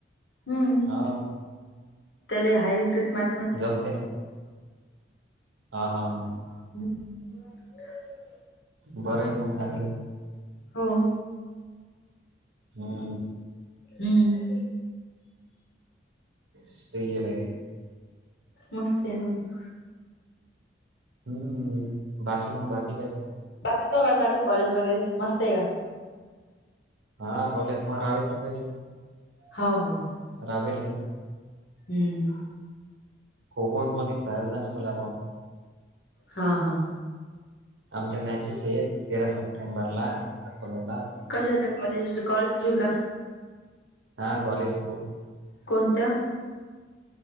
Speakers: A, on the left; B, on the right.
A: हम्म
B: हा हो.
A: त्याला हाय इंटरेस्ट मा
B: जमते ना हा हा हा.
A: <unintelligible>
B: बरं आहे मंग चांगलं
A: हो
B: हम्म.
A: हम्म.
B: सही आहे डायरेक्
A: मस्त हे ना मग.
B: हम्म बाकी मग बाकी काय कर
A: बाकी केव्हा चालू कॉलेज वगैरे मस्त आहे का?
B: हा कॉलेज मलावी समजा नी.
A: हाव हो.
B: रावेली तू
A: हम्म.
B: खो खो मध्ये खेळायला जा ना मला पाव
A: हा हा.
B: आमच्या मॅचेस आहेत तेरा सप्टेंबरला अकोल्याला.
A: कशाच्या कॉलेज कॉलेज थ्रू आहे का?
B: हा कॉलेज थ्रू.
A: कोणत्या?